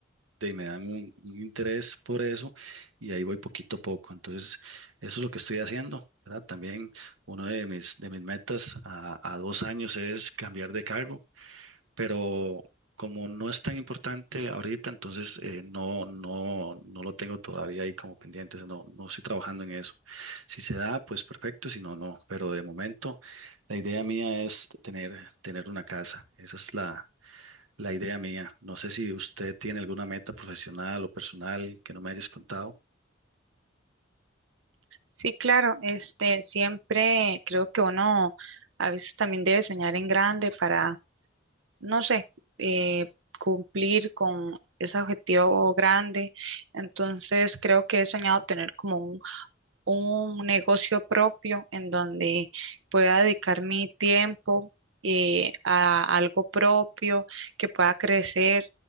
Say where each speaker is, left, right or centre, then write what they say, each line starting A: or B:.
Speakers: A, on the right (about 90°); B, on the right (about 75°).
A: de- me dan un, un interés por eso y ahí voy poquito a poco. Entonces, eso es lo que estoy haciendo, ¿verdad? También uno de mis, de mis metas a, a dos años es cambiar de cargo pero como no es tan importante ahorita, entonces eh, no, no, no lo tengo todavía ahí como pendiente, o sea, no, no estoy trabajando en eso. Si se da, pues perfecto, si no, no, pero de momento la idea mía es tener, tener una casa, esa es la, la idea mía. No sé si usted tiene alguna meta profesional o personal que no me hayas contado.
B: Sí, claro, este, siempre creo que uno a veces también debe soñar en grande para, no sé, eh, cumplir con ese objetivo grande. Entonces, creo que he soñado tener como un negocio propio en donde pueda dedicar mi tiempo eh, a algo propio, que pueda crecer,